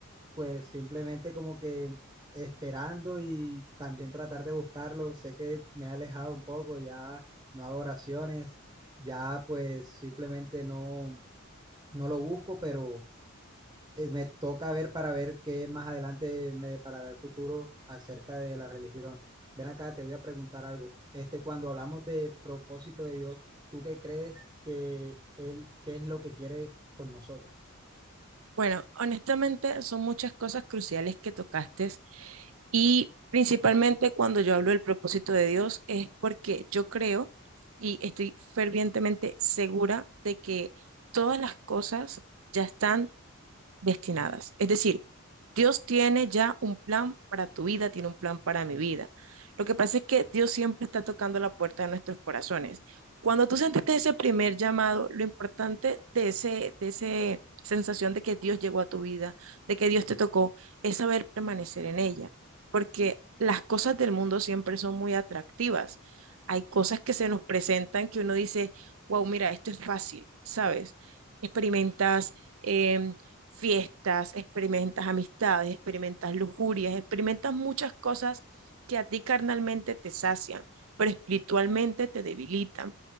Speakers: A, on the right; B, on the right.
A: pues simplemente como que esperando y también tratar de buscarlo. Sé que me he alejado un poco, ya no hago oraciones, ya pues simplemente no, no lo busco, pero eh, me toca ver para ver qué más adelante me deparará el futuro acerca de la religión. Ven acá, te voy a preguntar algo. Este, cuando hablamos de propósito de Dios, ¿tú qué crees que Él, qué es lo que quiere con nosotros?
B: Bueno, honestamente son muchas cosas cruciales que tocaste y principalmente cuando yo hablo del propósito de Dios es porque yo creo y estoy fervientemente segura de que todas las cosas ya están destinadas. Es decir, Dios tiene ya un plan para tu vida, tiene un plan para mi vida. Lo que pasa es que Dios siempre está tocando la puerta de nuestros corazones. Cuando tú sentiste ese primer llamado, lo importante de ese, de ese sensación de que Dios llegó a tu vida, de que Dios te tocó, es saber permanecer en ella, porque las cosas del mundo siempre son muy atractivas. Hay cosas que se nos presentan que uno dice, wow, mira, esto es fácil, ¿sabes? Experimentas em, fiestas, experimentas amistades, experimentas lujurias, experimentas muchas cosas que a ti carnalmente te sacian, pero espiritualmente te debilitan.